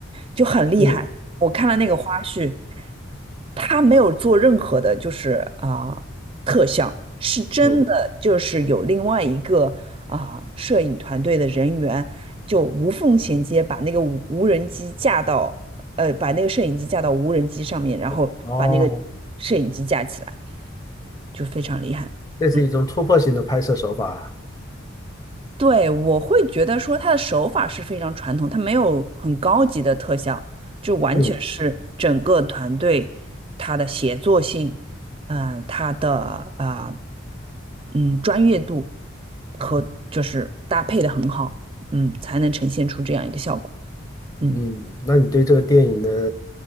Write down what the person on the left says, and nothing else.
嗯
哦
嗯
嗯哦，
这是一种突破性的拍摄手法啊。
嗯
嗯，那你对这个电影的